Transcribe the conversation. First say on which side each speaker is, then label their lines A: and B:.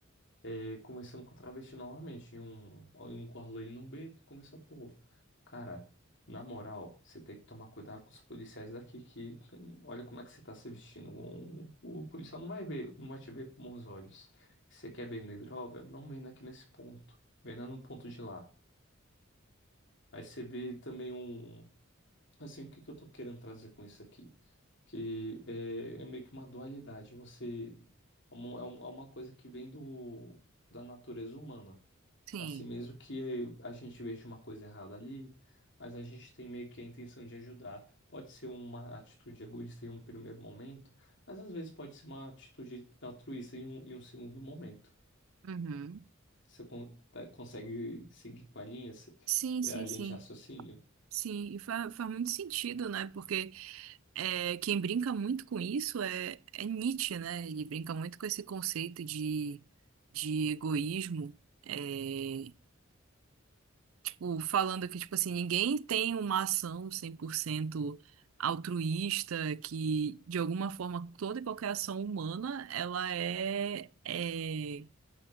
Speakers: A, on the left; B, on the right.
A: é, começando com a travesti novamente, em um, em um quarto ali no beco, começou, pô, cara, na moral, você tem que tomar cuidado com os policiais daqui, que olha como é que você tá se vestindo, o, o policial não vai ver, não vai te ver com bons olhos, você quer vender droga? Não venda aqui nesse ponto, venda num ponto de lá. Aí você vê também um Assim, o que que eu tô querendo trazer com isso aqui? Que é, é meio que uma dualidade. Você é uma- é um- é uma coisa que vem do, da natureza humana.
B: Sim.
A: Assim mesmo que a gente veja uma coisa errada ali, mas a gente tem meio que a intenção de ajudar. Pode ser uma atitude egoísta em um primeiro momento, mas às vezes pode ser uma atitude altruísta em um, em um segundo momento.
B: Uhum.
A: Você con- tá- consegue seguir com a linha, se-
B: Sim,
A: é,
B: sim,
A: a linha
B: sim.
A: de raciocínio?
B: Sim, e faz, faz muito sentido, né? Porque é, quem brinca muito com isso é, é Nietzsche, né? Ele brinca muito com esse conceito de, de egoísmo. É, tipo, falando que, tipo assim, ninguém tem uma ação 100% altruísta, que de alguma forma toda e qualquer ação humana, ela é, é